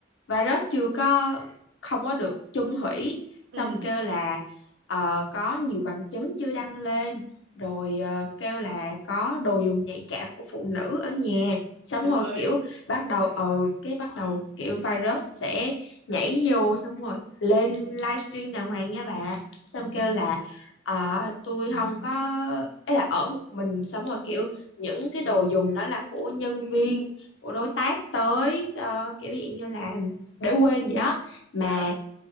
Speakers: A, on the left; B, on the right.
A: và nó chưa có không có được chung thủy xong
B: ừ
A: kêu là ờ, có nhiều bằng chứng chưa đăng lên rồi ờ, kêu là có đồ dùng nhạy cảm của phụ nữ ở nhà xong
B: trời
A: rồi
B: ơi
A: kiểu bắt đầu ừ cái bắt đầu kiểu virus sẽ nhảy vô xong rồi lên livestream đàng hoàng nha bà xong kêu là ờ, tôi không có ấy là ở một mình xong rồi kiểu những cái đồ dùng đó là của nhân viên của đối tác tới ờ, kiểu dạng như là để quên gì đó mà
B: trời ơi